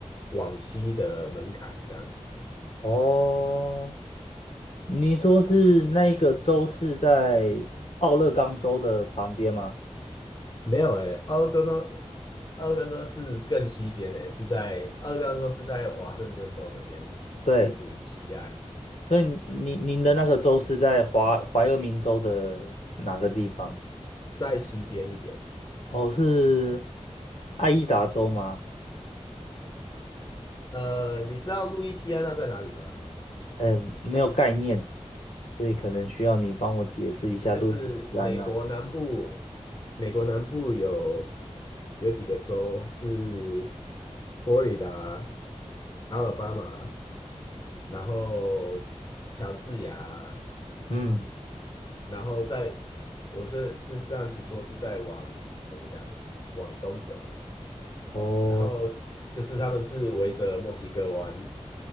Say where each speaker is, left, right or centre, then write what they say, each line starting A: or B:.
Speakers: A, on the left; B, on the left.
A: 往西的门槛这样子。
B: 哦。你说是那一个州是在奥勒冈州的旁边吗？
A: 没有诶、欸奥勒冈州，奥勒冈州是更西边诶、欸是在奥勒冈州是在华盛顿州那边，
B: 对，
A: 是属于西岸，
B: 所以您您的那个州是在华怀俄明州的哪个地方？
A: 在西边一点。
B: 哦，是爱伊达州吗？
A: 呃，你知道路易斯安那在哪里吗？
B: 哎，没有概念，所以可能需要你帮我解释一下路易斯安那。
A: 就是美国南部美国南部有有几个州是佛罗里达、阿尔巴马，然后乔治亚，
B: 嗯，
A: 然后在我是是这样子说，是在往怎么讲往东走，
B: 哦，
A: 然后就是他们是围着墨西哥湾，